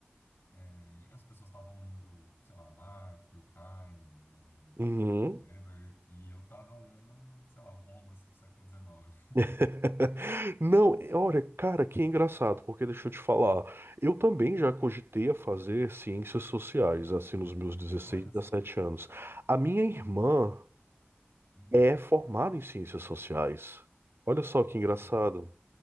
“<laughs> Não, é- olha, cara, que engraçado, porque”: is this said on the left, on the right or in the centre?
Right